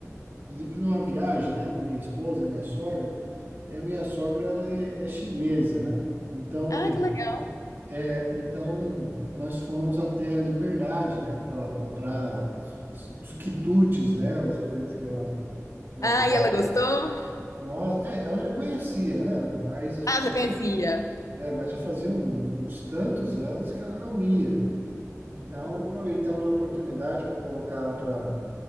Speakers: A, on the right (about 40°); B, on the left (about 90°).
A: Fiz uma viagem, né? Com a minha esposa, minha sogra. E a minha sogra, ela é, é chinesa, né? Então,
B: Ah, que legal.
A: É, então, nós fomos até a Liberdade, né, para ela comprar os, os- os quitutes dela, as coisas que ela, que ela
B: Ah,
A: gosta.
B: e ela gostou?
A: Nossa, é, ela já conhecia, né, mas
B: Ah,
A: fazia,
B: já conhecia.
A: é, mas já fazia um- uns tantos anos que ela não ia. Então, aproveitamos a oportunidade para colocá-la para